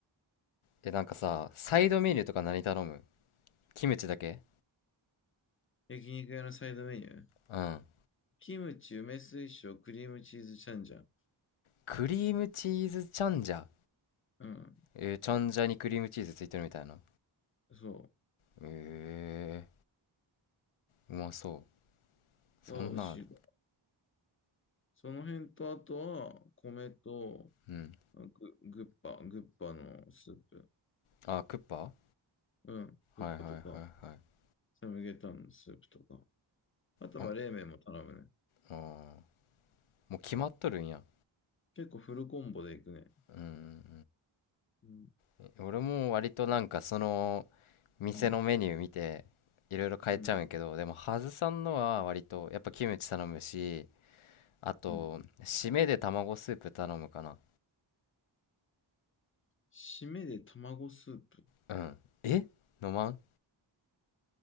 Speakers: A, on the left; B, on the left.
A: え、なんかさ、サイドメニューとか何頼むキムチだけ
B: 焼肉屋のサイドメニュー。
A: うん。
B: キムチ、梅水晶、クリームチーズチャンジャン。
A: クリームチーズチャンジャ。
B: うん。
A: えー、チャンジャにクリームチーズついてるみたいな。
B: そ
A: ええー、うまそう。そんなんある。
B: う。は美味しい。その辺と、あとは、米と、
A: うん。
B: グ、グッパ、グッパのスープ。
A: あ、クッパは
B: うん。グッパとか、
A: いはいはいはい。
B: サムゲタンのスープとか。あと、
A: あ、
B: まあ、冷麺も頼むね。
A: あーもう決まっとるんや。
B: うん。結構フルコンボでいくね。
A: うんうん
B: うん。
A: うん。俺も割となんかその、店のメニュー見ていろいろ変えちゃうんやけどでもハズさんのは割とやっぱキムチ頼むし
B: うん。うん。
A: あと締めで卵スープ頼むかな
B: うん。締めで卵スープ。
A: うんえ飲まん